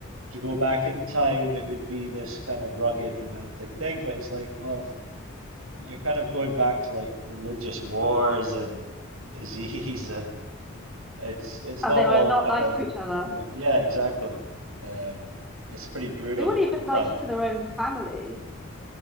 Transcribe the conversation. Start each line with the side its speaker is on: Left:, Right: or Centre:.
Right: to go back in time, it would be this kind of rugged romantic thing. But it's like, well, you're kind of going back to like religious wars and disease and it's it's
Centre: and
Right: not
Centre: they
Right: all
Centre: were not
Right: kind
Centre: nice
Right: of
Centre: to each other.
Right: ro- yeah exactly um it's pretty brutal
Centre: They weren't even nice
Right: time
Centre: to their own family.